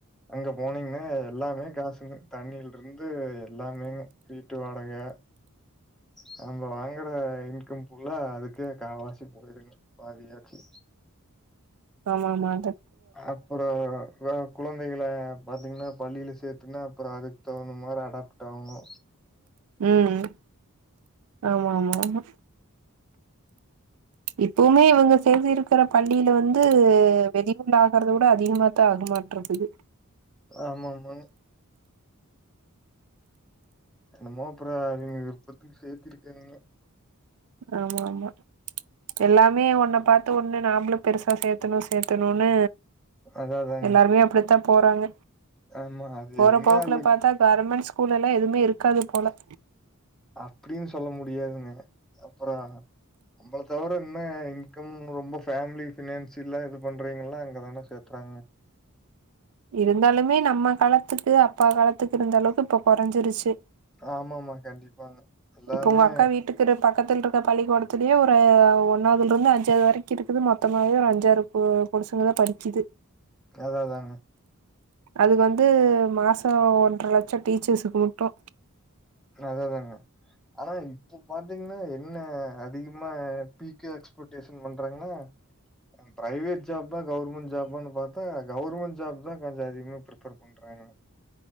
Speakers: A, in the centre; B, on the right.
A: அங்க போனீங்கன்னா எல்லாமே காசுங்கு தண்ணில இருந்து எல்லாமே வீட்டு வாடகை நம்ம வாங்குற இன்கம் ஃபுல்லா அதுக்கே காவாசி போய்ருங் பாதியாச்சு
B: ஆமா ஆமாங்க
A: அப்புறம் வே குழந்தைகளை பாத்தீங்கன்னா பள்ளில சேர்த்துன்னா அப்புறம் அதுக்கு தகுந்த மாரி அடாப்ட் ஆகணு
B: உம் ஆமா ஆமா ஆமா இப்பவுமே இவுங்க சேர்ந்து இருக்கிற பள்ளில வந்து <unintelligible> கூட அதிகமா தா ஆகுமா <unintelligible>
A: ஆமா ஆமாங் என்னமோ அப்புறம் அவங்கவிருபத்துக்கு சேர்த்தி இருக்கங்க
B: ஆமா ஆமா எல்லாமே ஒன்ன பாத்து ஒண்ணு நாமளு பெருசா சேத்தணு சேத்தணு னும்னு
A: அதான் அதாங்க.
B: எல்லாருமே அப்டித்தா போறாங்க
A: ஆமா. அது
B: போற
A: என்ன
B: போக்குல
A: அதுல
B: பாத்தா கார்மெண்ட் ஸ் கூல்லெல்லாம் எதுமே இருக்காது போல
A: அப்டின்னு சொல்ல முடியாதுங்க அப்புறம் நம்பள தவிர இன்னு ரொம்ப பேமிலி பினான்சில்லா இது பண்றாங்கல்லா அங்கதான சேத்துறாங்க
B: இருந்தாலுமே நம்ம காலத்துக்கு அப்பா காலத்துக்கு இருந்த அளவுக்கு இப்ப குறஞ்சுருச்சு
A: ஆமா ஆமா கண்டிப்பாங்க எல்லாமே
B: இப்ப உங்க அக்கா வீட்டுக்குகிட பக்கத்து இரு இந்த பள்ளிக்கூடத்துலயு ஒரு ஒன்னாவுதுல இருந்து அஞ்சாவது வரக்கு இருக்குது மொத்தமாவே ஒரு அஞ்சாறு பொடுசுங்கதா படிக்குது
A: அதாதாங்க
B: அது வந்து மாசோ ஒன்றர லட்சோ டீச்சர்ஸுக்கு மட்டு
A: அத தாங்க ஆனா இப்போ பாத்தீங்னா என்ன அதிகமா பீக்கு எக்ஸ்பெக்டேஷன் பண்றாங்களா ப்ரைவேட் ஜாப் தா கவுர்மெண்ட் ஜாபானு பாத்தா கவுர்மெண்ட் ஜாப் தா கொஞ்சோ அதிகமா பிரிஃபர் பண்றாங்க